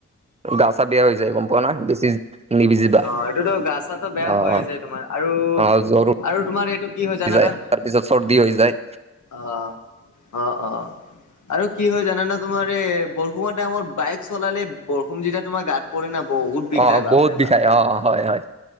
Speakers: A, on the right (about 20°); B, on the left (about 80°).
A: গা চা বেয়া হৈ যায় গম পোৱা নহয় বেছি। নিভিজিবা।
B: অ এইটোতো গা চা বেয়া
A: অ'
B: হয় য়ে যায় তোমাৰ আৰু
A: অ' জ্বৰো
B: আৰু তোমাৰ এইটো, কি হয় জানানা
A: যায় তাৰপিছত চৰ্দি হৈ যায়।
B: অ অ অ আৰু কি হয় জানা নে। তোমাৰ এই বৰষুণ হোৱাৰ টাইমত বাইক চলালে বৰষুণ যেতিয়া তোমাৰ গাত, পৰে না বহুত
A: অ',
B: বিষায় বাপৰে
A: বহুত বিষাই
B: বাপ।
A: অ হয় হয়।